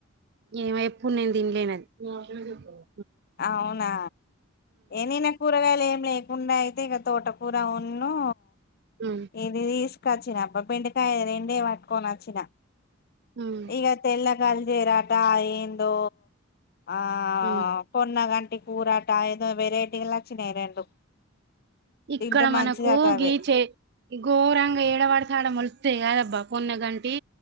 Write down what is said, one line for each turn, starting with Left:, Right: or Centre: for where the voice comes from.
Right: ఏమో ఎప్పుడూ నేను తిన్లేనే నాకెందుకు చెప్తావ్
Left: అవునా ఏ నేనా కూరగాయలు ఏం లేకుండా అయితే ఇగ తోటకూర ఉన్ను
Right: ఉ
Left: ఇది తీసుకొచ్చినా అబ్బా బెండకాయ ఆ రెండే పట్టుకొని వచ్చిన
Right: హ్మ్
Left: ఇక తెల్లగలజేరాట ఆ ఏందో ఆ
Right: ఉమ్
Left: పొన్నగంటి కూరాలట ఏదో వెరైటీలు వచ్చినాయి రెండు
Right: ఇక్కడ
Left: తింటే మంచిదట
Right: మనకు
Left: అవి
Right: గీచే ఘోరంగా ఏడవడితే అడ మోలుస్తాయి కదబ్బా పోన్నగంటి